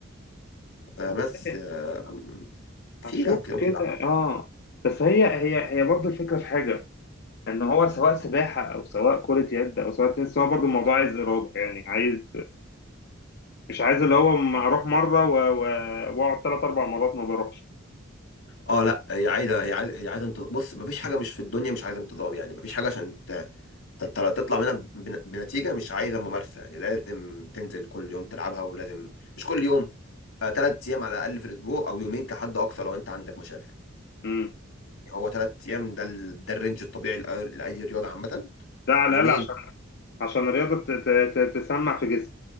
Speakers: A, on the left; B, on the left.
A: آه،
B: والله
A: بس آه، أم- في
B: هشوف
A: لعب كده ممكن
B: كده
A: يلعب
B: اه بس هي هي هي برضو الفكره في حاجه ان هو سواء سباحه او سواء كره يد او سواء تنس هو برضو الموضوع عايز اراده يعني عايز مش عايز اللي هو م- اروح مره و- و- واقعد ثلاث اربع مرات ما بروحش
A: اه لا هي عايزه هي عايزه هي عايزه انتظام بص مفيش حاجه مش في الدنيا مش عايزه انتظام يعني مفيش حاجه عشان ت- ت- تطلع منها بن- بنتيجه مش عايزه ممارسه يعني لازم تنزل كل يوم تلعبها ولازم مش كل يوم ثلاث ايام على الاقل في الاسبوع او يومين كحد اقصى لو انت عندك مشاغل
B: مم.
A: يعني هو ثلاث ايام ده ال- ده الرينج الطبيعي لأي لأي رياضه عامه
B: ده على
A: يومين
B: الاقل عشان عشان الرياضه ت- ت- ت- تسمع في جسمي